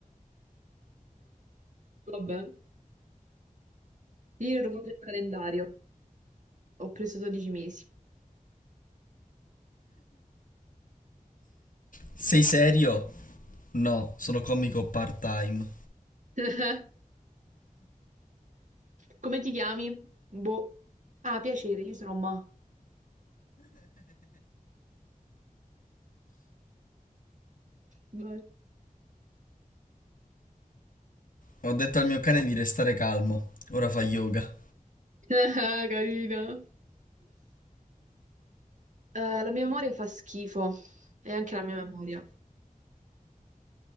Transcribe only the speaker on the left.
Sei serio? No, sono comico part-time.
Ho detto al mio cane di restare calmo. Ora fa yoga.